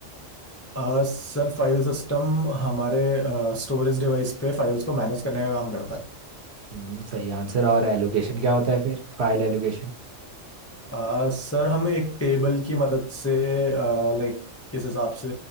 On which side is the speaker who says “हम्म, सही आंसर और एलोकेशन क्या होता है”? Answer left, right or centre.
Right